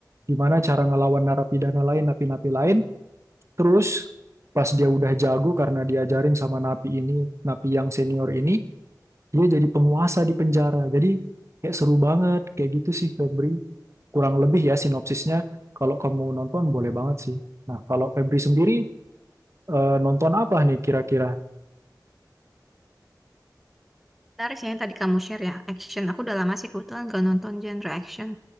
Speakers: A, on the right (about 40°); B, in the centre.
A: gimana cara ngelawan narapidana lain, napi-napi lain, Terus pas dia udah jago karena diajarin sama napi ini, napi yang senior ini, dia jadi penguasa di penjara. Jadi kayak seru banget, kayak gitu sih Febri. Kurang lebih ya sinopsisnya. Kalau kamu nonton boleh banget sih. Nah, kalau Febri sendiri eh, nonton apa nih kira-kira?
B: Tarik yang tadi kamu share ya, action. Aku udah lama sih kebetulan gak nonton genre action.